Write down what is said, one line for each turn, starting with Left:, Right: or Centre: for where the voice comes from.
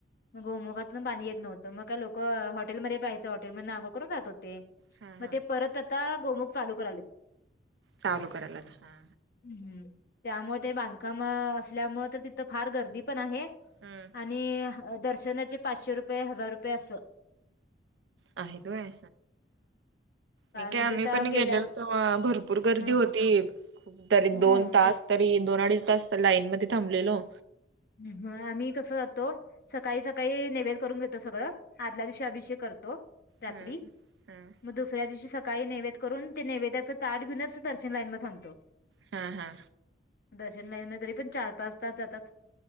Left: मग गोमखातून पाणी येत नव्हतं मग काय लोकं हॉटेलमध्ये जायचं हॉटेलमधन अंघोळ करून जात होते
Right: हा हा
Left: मग ते परत आता गोमुख चालू करालेत
Right: चालू करायल्यात हा
Left: हम हम त्यामुळे ते बांधकाम असल्यामुळे तर तिथं फार गर्दी पण आहे
Right: हम्म
Left: आणि दर्शनाचे पाचशे रुपये हजार रुपये अस
Right: आहेत व्हय मी काय
Left: म्हणजे
Right: आम्ही
Left: आता
Right: पण
Left: गेल्या
Right: गेलेलो तेव्हा ह भरपूर गर्दी
Left: हम्म
Right: होती खूप तरी
Left: हम्म
Right: दोन तास तरी दोन अडीच तास तर लाईन मध्ये थांबलेलो
Left: ह ह आम्ही कसं जातो सकाळी सकाळी नैवेद्य करून घेतो सगळं आदल्या दिवशी अभिषेक करतो रात्री
Right: हम्म हम्म
Left: मग दुसऱ्या दिवशी सकाळी नेवेद्य करून ते नैवेद्याच ताट घेऊच दर्शन लाईन मध्ये थांबतो
Right: हा हा.
Left: दर्शन लाईन मध्ये तरी पण चार पाच तास जातात